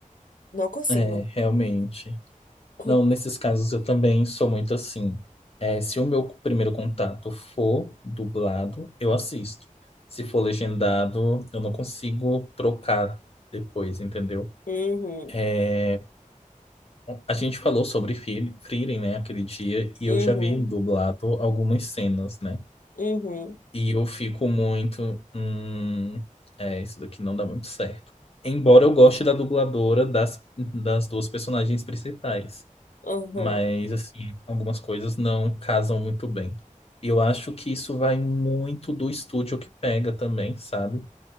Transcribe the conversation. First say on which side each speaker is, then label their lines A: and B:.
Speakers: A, on the left; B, on the left.
A: Não consigo.
B: É, realmente.
A: <laughs>
B: Não, nesses
A: <clears throat>
B: casos eu também sou muito assim. É, se o meu primeiro contato for dublado, eu assisto. Se for legendado, eu não consigo trocar depois, entendeu?
A: Uhum.
B: É, A gente falou sobre Fre- Frieren, né, aquele dia, e
A: Uhum,
B: eu já vi dublado algumas cenas, né?
A: uhum,
B: E eu fico muito, hum, é, isso daqui não dá muito certo. Embora eu goste da dubladora das, das duas personagens principais,
A: uhum.
B: mas, assim, algumas coisas não casam muito bem. E eu acho que isso vai muito do estúdio que pega também, sabe?